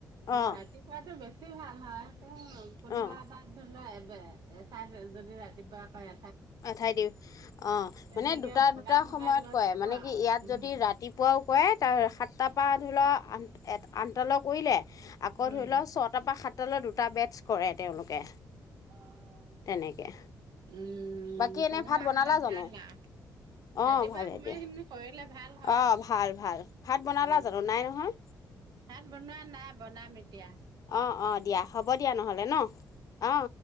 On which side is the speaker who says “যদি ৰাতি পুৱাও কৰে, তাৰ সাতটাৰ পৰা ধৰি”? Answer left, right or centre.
Left